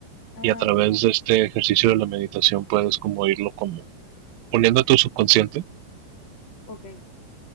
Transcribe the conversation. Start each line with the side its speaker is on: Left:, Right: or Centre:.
Left: Ah,
Right: y a través
Left: ya, ya.
Right: de este ejercicio de la meditación puedes como irlo como poniendo a tu subconsciente.
Left: Ok.